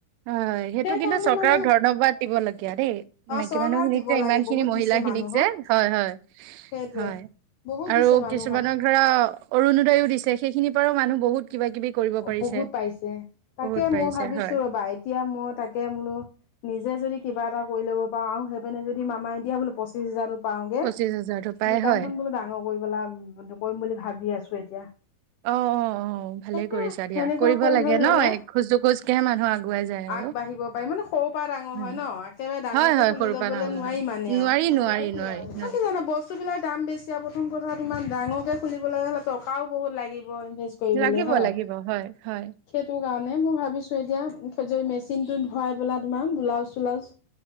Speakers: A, on the right; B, on the left.
A: হয় হয় সেইটো
B: সেইকাৰণে
A: কিন্তু চৰকাৰক
B: মানে
A: ধনবাদ দিব লগীয়া দেই
B: অ
A: মাইকী
B: চৰকাৰক
A: মানুহখিনিক
B: দিব
A: যে
B: লাগে
A: ইমান খিনি
B: বহুত
A: মহিলা
B: দিছে
A: খিনিক
B: মানুহক
A: যে হয় হয়
B: সেইটোৱে
A: হয়
B: বহুত
A: আৰু
B: দিছে মানুহক
A: কিছুমানৰ ধৰা অৰুণোদয়ো দিছে সেইখিনিৰ পৰাও মানুহ বহুত কিবা কিবি কৰিব পাৰিছে।
B: বহুত পাইছে তাকে
A: বহুত পাৰিছে
B: মই ভাবিছো
A: হয়,
B: ৰবা এতিয়া মই তাকে বোলো নিজে যদি কিবা এটা কৰি ল'ব পাৰো আৰু সেইপিনে যদি মামাই দিয়া বোলে পঁচিশ হাজাৰটো পাওঁগে
A: পঁচিশ হাজাৰটো পাই
B: দোকানখন
A: হয়।
B: বোলো ডাঙৰ কৰিপেলাই কৰিম বুলি ভাবি আছো এতিয়া
A: অ অ অ ভালে
B: তাকে
A: কৰিছা দিয়া
B: সেনেকুৱা
A: কৰিব
B: কৰি
A: লাগে
B: ধৰি
A: ন
B: ললে
A: এখোজ দুখোজকেহে মানুহ আগুৱাই যায় আৰু
B: আগবাঢ়িব পাৰি মানে সৰুৰ পৰা ডাঙৰ
A: উম,
B: হয় ন একেবাৰে ডাঙৰকে
A: হয়, হয়,
B: খুলি
A: সৰুৰ
B: ল'বলৈ
A: পৰা ডাঙৰ
B: নোৱাৰি
A: হয়।
B: মানে
A: নোৱাৰি,
B: আও
A: নোৱাৰি,
B: নোৱাই
A: নোৱাৰি,
B: নোৱাই
A: নোৱাৰি
B: অ তোমাৰ বস্তু বিলাক দাম বেছি আৰু প্ৰথম কথা ত ইমান ডাঙৰকে খুলিবলৈ হ'লে টকাও বহুত লাগিব ইনভেষ্ট কৰিবলে
A: লাগিব,
B: হয়
A: হয় হয়
B: সেইটো কাৰণে মই ভাবিছো এতিয়া থৈ জৈ মেচিনটোত ধৰাই পেলা তোমাৰ ব্লাউজ চলাউজ